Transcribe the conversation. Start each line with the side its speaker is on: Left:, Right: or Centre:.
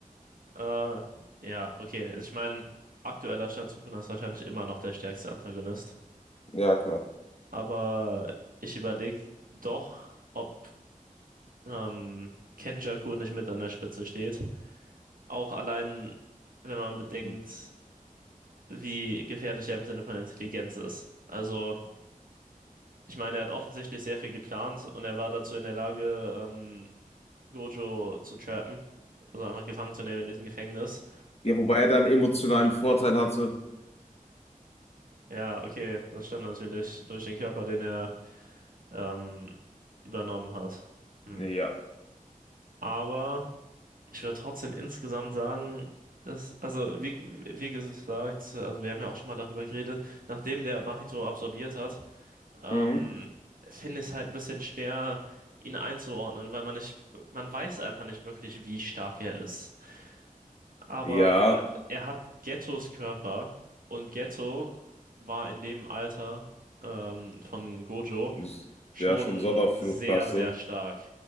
Right: äh, ja, okay. Also Ich meine, aktueller Stand Sukuna ist wahrscheinlich immer noch der stärkste Antagonist.
Left: Ja, klar.
Right: Aber ich überlege doch, ob ähm, Kenjaku nicht mit an der Spitze steht. Auch allein, wenn man bedenkt,
Left: Mhm.
Right: wie gefährlich er im Sinne von Intelligenz ist. Also, ich meine, er hat offensichtlich sehr viel geplant und er war dazu in der Lage, ähm, Gojo zu trappen. Also einfach gefangen zu nehmen in diesem Gefängnis.
Left: Ja, wobei er dann emotionalen Vorteil hatte.
Right: Ja, okay, das stimmt natürlich. Durch den Körper, den er ähm, übernommen hat. Hm.
Left: Ja.
Right: Aber Ich würde trotzdem insgesamt sagen, dass, also wie, wie gesagt, also wir haben ja auch schon mal darüber geredet, nachdem der Mahito absorbiert hat, ähm,
Left: Mhm.
Right: finde ich es halt ein bisschen schwer, ihn einzuordnen, weil man nicht, man weiß einfach nicht wirklich, wie stark er ist. Aber
Left: Ja,
Right: er hat Gettos Körper und Getto war in dem Alter ähm, von Gojo
Left: s-
Right: schon
Left: ja, schon Sonderflugklasse.
Right: sehr, sehr stark.